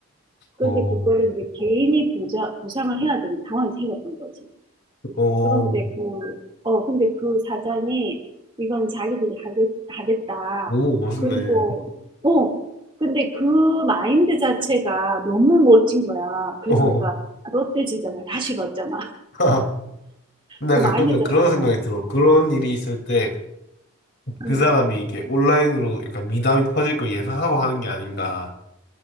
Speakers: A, on the right; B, on the left.
A: 근데
B: 어,
A: 그거를 이제 개인이 보자, 보상을 해야 되는 상황이 생겼던 거지.
B: 어,
A: 그런데 그, 어, 근데 그 사장이 이건 자기들이 하겠, 하겠다.
B: 오, 멋있네.
A: 그리고, 어, 근데 그 마인드 자체가 너무 멋진 거야. 그래서
B: 어,
A: 내가 롯데 재단을 다시 봤잖아. <laughs>
B: <laughs> 나
A: 그 마인드
B: 가끔
A: 자체가
B: 그런
A: 너무
B: 생각이
A: 멋진
B: 들어.
A: 거야.
B: 그런 일이 있을 때
A: 응.
B: 그 사람이 이게 렇 온라인으로 약간 미담이 퍼질 걸 예상하고 하는 게 아닌가.